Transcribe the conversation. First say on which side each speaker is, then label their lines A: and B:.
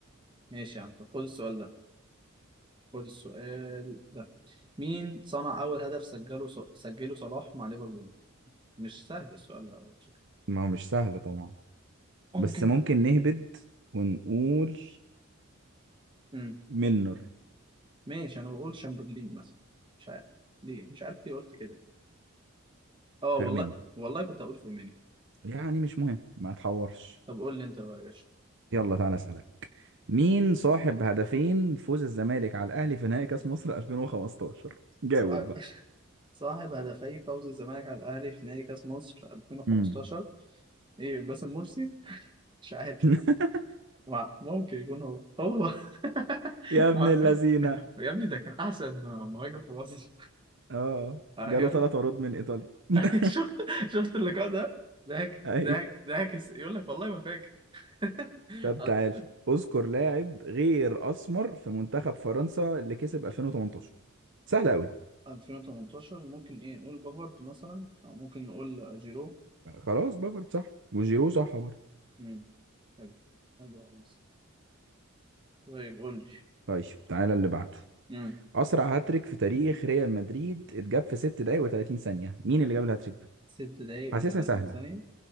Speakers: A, on the right (about 25°); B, on the right (about 60°).
A: ماشي يا عم طب خد السؤال ده خد السؤال ده مين صنع اول هدف سجله سجله صلاح مع ليفربول مش سهل السؤال ده أوي على فكرة.
B: ما هو مش سهل طبعا
A: ممكن
B: بس ممكن نهبد ونقول
A: مم.
B: ميلنر
A: ماشي انا بقول شامبرلين مثلا مش عارف ليه مش عارف ليه قلت كده اه والله
B: فيرميني
A: والله كنت هقول فيرمينيو
B: يعني مش مهم ما تحورش
A: طب قول لي انت بقى يا باشا
B: يلا تعالى اسالك مين صاحب هدفين فوز الزمالك على الاهلي في نهائي كاس مصر 2015 جاوب
A: صاحب
B: بقى
A: <laughs> صاحب هدفي فوز الزمالك على الاهلي في نهائي كاس مصر 2015
B: امم
A: ايه باسم مرسي مش عارف
B: <laughs>
A: مع- ممكن يكون هو هو <laughs>
B: يا ابن
A: ما...
B: اللذينه
A: يا ابني ده كان احسن مهاجم في مصر
B: اه
A: ايوه
B: جاله ثلاث عروض من ايطاليا <laughs>
A: <laughs> شفت شفت اللقاء ده ضحك
B: ايوه
A: ضحك ضحك يقول لك والله ما فاكر <laughs>
B: طب تعال اذكر لاعب غير اسمر في منتخب فرنسا اللي كسب 2018 سهل قوي
A: 2018 ممكن ايه نقول بافارد مثلا أو ممكن نقول جيرو
B: خلاص بافارد صح وجيرو صح برضه
A: امم حلو حلو عايز طيب قول لي
B: طيب تعالى اللي بعده
A: امم
B: اسرع هاتريك في تاريخ ريال مدريد اتجاب في 6 دقايق و30 ثانيه مين اللي جاب الهاتريك ده
A: ست دقايق
B: حاسسها
A: و30
B: سهله
A: ثانية